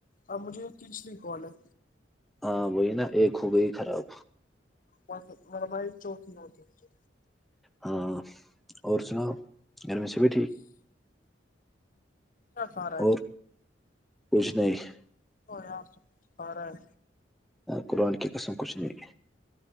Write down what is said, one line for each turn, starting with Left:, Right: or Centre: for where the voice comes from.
Left: اب مجھے یہ تیسو کال ہے
Centre: ہاں وہی نا ایک ہو گئی خراب
Left: ہاں مربائی چوکی ہوتی مجھے
Centre: ہاں اور سناو گھر میں سےبھی
Left: ہ <inaudible> اا سارا ہے
Centre: اور کچھ نہیں
Left: ہو س سارا ہے
Centre: قرآن کی قسم کچھ نہیں